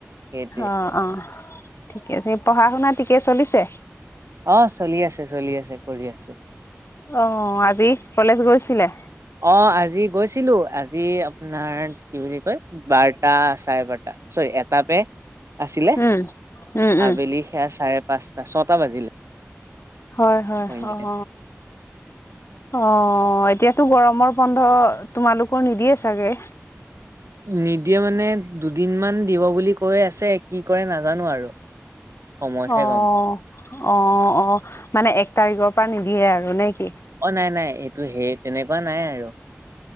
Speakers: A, on the right; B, on the left.
A: সেইটোৱে।
B: অহ অহ। ঠিকে আছে পঢ়া শুনা ঠিকে চলিছে।
A: অ চলি আছে চলি আছে কৰি আছো।
B: অ আজি কলেজ গৈছিলে।
A: অহ আজি গৈছিলো আজি আপোনাৰ কি বুলি কয় বাৰটা চাৰে বাৰটা। চৰি এটা পে আছিলে
B: উম উম উম
A: আবেলি সেয়া চাৰে পাঁচ। ছটা বাজিলে।
B: হয় হয়
A: সন্ধিয়া
B: অহ। অহ এতিয়াতো গৰমৰ বন্ধ তোমালোকৰ নিদিয়ে চাগে।
A: নিদিয়ে মানে দুদিন মান দিব বুলি কৈ আছে কি কৰে নাজানো আৰু। সময়তহে
B: অহ
A: গম পাম
B: অহ অহ মানে এক তাৰিখৰ পৰা নিদিয়ে আৰু নে। কি
A: অ নাই নাই এইটো সেই তেনেকুৱা নাই আৰু।